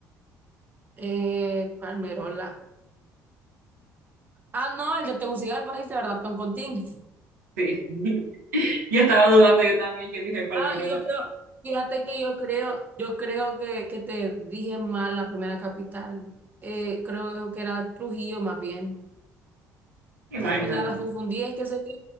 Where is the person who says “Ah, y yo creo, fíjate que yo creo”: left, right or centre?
Right